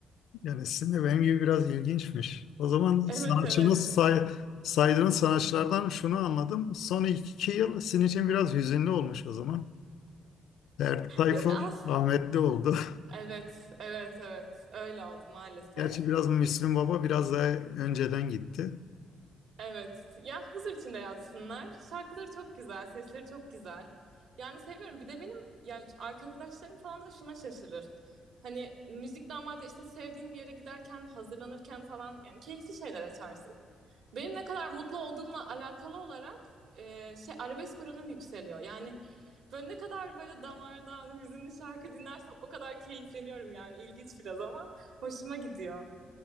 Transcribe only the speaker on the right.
Evet evet.
Yok az.
Evet, evet, evet. Öyle oldu maalesef.
Evet. Ya huzur içinde yatsınlar. Şarkıları çok güzel, sesleri çok güzel. Yani seviyorum. Bir de benim yani arkadaşlarım falan da şuna şaşırır. Hani müzik normalde işte sevdiğin bir yere giderken, hazırlanırken falan yani keyifli şeyler açarsın. Benim ne kadar mutlu olduğumla alakalı olarak e, şey arabesk oranım yükseliyor. Yani böyle ne kadar böyle damardan hüzünlü şarkı dinlersem o kadar keyifleniyorum yani. İlginç biraz ama hoşuma gidiyor.